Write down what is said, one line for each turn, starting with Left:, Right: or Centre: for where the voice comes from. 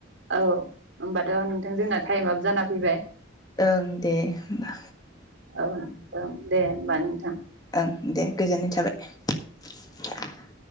Right: औ होमबाथ' नोंथां जोंना टाइम आ जाना फैबाय
Left: ओं दे होमबा
Right: औ-औ दे होमबा नोंथां।
Left: ओं दे गोजोननाय <inaudible>